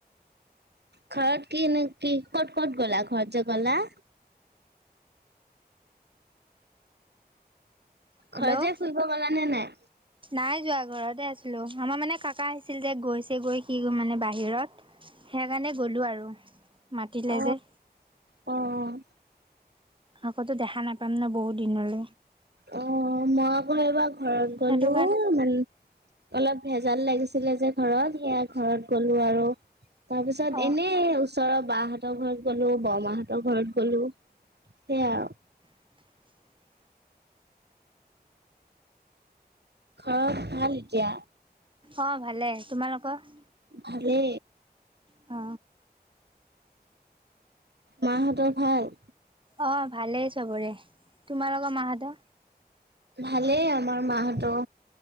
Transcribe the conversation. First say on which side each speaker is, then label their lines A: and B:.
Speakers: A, on the right (about 80°); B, on the right (about 30°).
A: ঘৰত কি নে কি ক'ত কত গলা ঘৰত যে গলা?
B: হেল্ল'
A: ঘৰ যে ফুৰিব গলা নে নাই?
B: নাই যোৱা ঘৰতে আছিলো, আমাৰ মানে কাকা আহিছিল যে গৈছে গৈ কি মানে বাহিৰত। সেইকাৰণে গ'লো আৰু মাতিলে
A: অ',
B: যে
A: অ', অ'।
B: আকৌতো দেখা নাপাম ন বহুত দিনলৈ।
A: অ মই আকৌ এইবাৰ ঘৰত গলো
B: সেইটো কাৰণে
A: মানে। অলপ ভেজাল লাগিছিলে যে ঘৰত সেয়া ঘৰত গলো আৰু। তাৰ পিছত
B: অঁ
A: এনে ওচৰৰ বাহঁতৰ ঘৰত গলো বৰমাহঁতৰ ঘৰত গলো সেইয়াই আৰু।
B: <unintelligible>
A: ঘৰত ভাল্ এতিয়া?
B: অ ভালে তোমালোকৰ?
A: ভালে
B: অ
A: মাহঁতৰ ভাল?
B: অ ভালেই চবৰে। তোমাৰ লগ মাহঁত?
A: ভালেই আমাৰ মাহঁত।